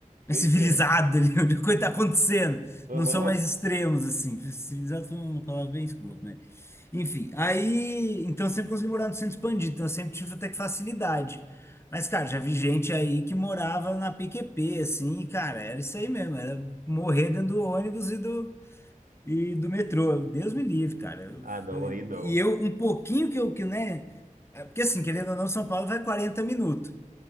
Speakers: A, on the left; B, on the right.
A: mais
B: Eu
A: civilizado,
B: entendo.
A: ali, <laughs> onde a coisa tá acontecendo.
B: Aham.
A: Não são mais extremos, assim. Civilizado foi uma palavra bem escrota, né? Enfim, aí. Então eu sempre consegui morar no centro expandido, então eu sempre tive até que facilidade. Mas, cara, já vi gente aí que morava na PQP, assim, e, cara, era isso aí mesmo, era morrer dentro do ônibus e do, e do metrô, Deus me livre, cara. Eu
B: Ah, não,
A: falei-
B: aí não.
A: e eu, um pouquinho que eu, que, né? é Porque assim, querendo ou não, São Paulo vai 40 minutos.